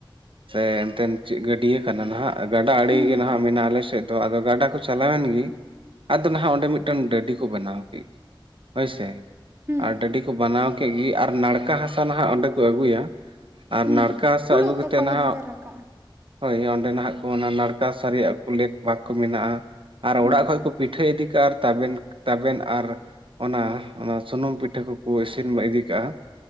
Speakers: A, on the right; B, on the right.
A: ᱥᱮ ᱮᱱᱛᱮᱱ ᱪᱤᱜ ᱜᱟᱹᱰᱭᱟᱹ ᱠᱟᱱᱟ ᱱᱟᱦᱟᱜ ᱜᱟᱰᱟ ᱟᱲᱮ
B: ᱦᱩᱸ
A: ᱜᱮ ᱱᱟᱦᱟᱜ ᱢᱮᱱᱟᱜᱼᱟ ᱟᱞᱮ ᱥᱮᱫ ᱫᱚ ᱟᱫᱚ ᱜᱟᱰᱟ ᱠᱚ ᱪᱟᱞᱟᱣᱮᱱ ᱜᱤ ᱟᱫᱚ ᱱᱟᱦᱟᱜ ᱚᱸᱰᱮ ᱢᱤᱫᱴᱟᱱ ᱰᱟᱹᱰᱤ ᱠᱚ ᱵᱮᱱᱟᱣ ᱠᱮᱜ ᱜᱮ᱾ ᱦᱳᱭ ᱥᱮ,
B: ᱦᱩᱸ
A: ᱟᱨ ᱰᱟᱹᱰᱤ ᱠᱚ ᱵᱟᱱᱟᱣ ᱠᱮᱜ ᱜᱤ ᱟᱨ ᱱᱟᱲᱠᱟ ᱦᱟᱥᱟ ᱱᱟᱦᱟᱜ ᱚᱸᱰᱮ ᱠᱚ ᱟᱹᱜᱩᱭᱟ ᱟᱨ
B: ᱦᱩᱸ
A: ᱱᱟᱲᱠᱟ ᱦᱟᱥᱟ
B: ᱯᱷᱩᱲᱩᱜ
A: ᱟᱹᱜᱩ ᱠᱟᱛᱮᱫ
B: ᱛᱮᱠᱚ
A: ᱱᱟᱦᱟᱜ
B: ᱤᱫᱤ ᱛᱟᱨᱟ ᱠᱟᱜᱼᱟ
A: ᱦᱳᱭ ᱚᱸᱰᱮ ᱱᱟᱦᱟᱜ ᱠᱚ ᱚᱱᱟ ᱱᱟᱲᱠᱟ ᱦᱟᱥᱟ ᱨᱮᱭᱟᱜ ᱞᱮᱠ ᱯᱟᱠ ᱠᱚ ᱢᱮᱱᱟᱜ-ᱟ ᱟᱨ
B: ᱦᱩᱸ
A: ᱚᱲᱟᱜ ᱠᱷᱚᱡ ᱠᱚ ᱯᱤᱴᱷᱟᱹᱭ ᱤᱫᱤ ᱠᱟᱜ-ᱟ ᱟᱨ ᱛᱟᱵᱮᱱ ᱛᱟᱵᱮᱱ ᱟᱨ ᱚᱱᱟ ᱚᱱᱟ ᱥᱩᱱᱩᱢ ᱯᱤᱴᱷᱟᱹ ᱠᱩᱠᱩ ᱤᱥᱤᱱ ᱤᱫᱤ ᱠᱟᱜ-ᱟ